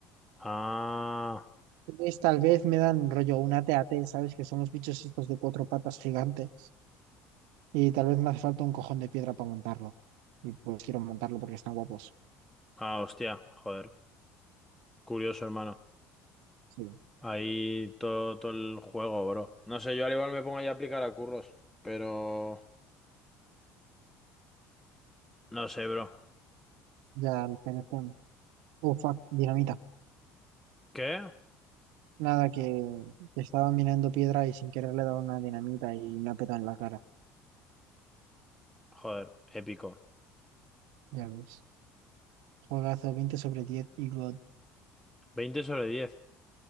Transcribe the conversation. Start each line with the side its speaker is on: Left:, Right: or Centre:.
Centre: Ah,
Right: Entonces, tal vez me dan rollo una TAT, ¿sabes? Que son los bichos estos de cuatro patas gigantes y tal vez me hace falta un cojón de piedra para montarlo. Y pues quiero montarlo porque están guapos.
Centre: ah, hostia, joder. Curioso, hermano.
Right: Sí,
Centre: Ahí todo, todo el juego, bro. No sé, yo al igual me pongo ya a aplicar a curros, pero... No sé, bro.
Right: ya el teléfono. Oh, fuck, dinamita.
Centre: ¿Qué?
Right: Nada, que, que estaba mirando piedra y sin querer le he dado una dinamita y me ha petado en la cara.
Centre: Joder, épico.
Right: Ya ves. Juegazo 20 sobre 10 y God.
Centre: Veinte sobre 10,